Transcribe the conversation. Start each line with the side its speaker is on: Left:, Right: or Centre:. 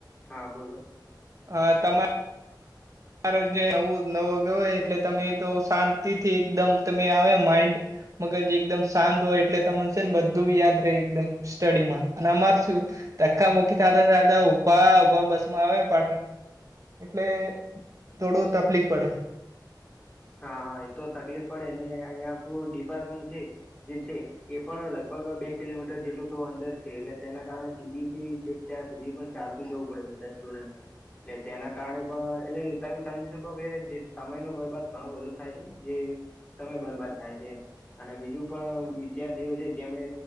Left: હા બોલો.
Right: અ તમા જ નવું નવું ગ હોય એટલે તમે તો શાંતિથી એકદમ તમે આવે માઇન્ડ મગજ એકદમ શાંત હોય એટલે તમોન છે ન બધું યાદ રે એકદમ. સ્ટડીમાં અને અમાર શું ધક્કા મુક્કી થાતા થાતા ઊભા ઊભા બસમાં આવે પાટણ. એટલે થોડું તફલીક પડે.
Left: હા હા એ તો તકલીફ પડે ને અહિંયા આપણું ડીપાર્ટમેન્ટ છે જે છે એ પણ લગભગ બે કિલોમીટર જેટલું તો અંદર છે એટલે તેના કારણે ટીબીથી છેક ત્યાં સુધી પણ ચાલતું જવું પડે બધા સ્ટુડન્ટને. એટલે તેના કારણે પણ એટલે તમે સમજી શકો કે જે સમયનો બરબાદ ઘણો બધો થાય છે જે સમય બરબાદ થાય છે એમ. અને બીજું પણ વિદ્યાર્થીઓ છે તેમને